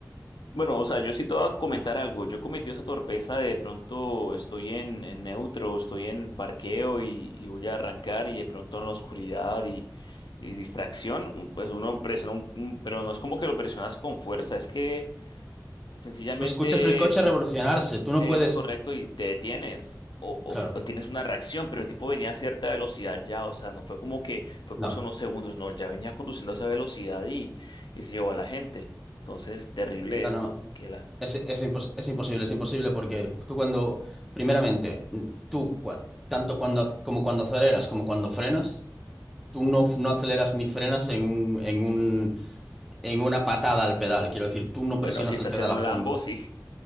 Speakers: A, on the left; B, in the centre.
A: Bueno, o sea, yo sí te voy a comentar algo. Yo cometí esa torpeza de, de pronto estoy en, en neutro, estoy en parqueo y, y voy a arrancar y de pronto en la oscuridad y, y distracción, u- pues uno presiona un, un- pero no es como que lo presionas con fuerza, es que sencillamente
B: Tú escuchas el coche revolucionarse, tú no
A: es
B: puedes...
A: correcto y te detienes o, o
B: Claro,
A: f- o tienes una reacción, pero el tipo venía a cierta velocidad ya, o sea, no fue como que fue
B: no.
A: cosa de unos segundos, no, él ya venía conduciendo a esa velocidad y, y se llevó a la gente. Entonces, terrible
B: No,
A: esto,
B: no.
A: que la
B: Es, es, impos- es imposible, es imposible porque tú cuando, primeramente, n- tú cua- tanto cuando ac- como cuando aceleras como cuando frenas, tú no, f- no aceleras ni frenas en un, en un, en una patada al pedal. Quiero decir, tú no
A: Bueno,
B: presionas
A: si estás
B: el pedal
A: en un
B: a fondo.
A: Lambo, sí.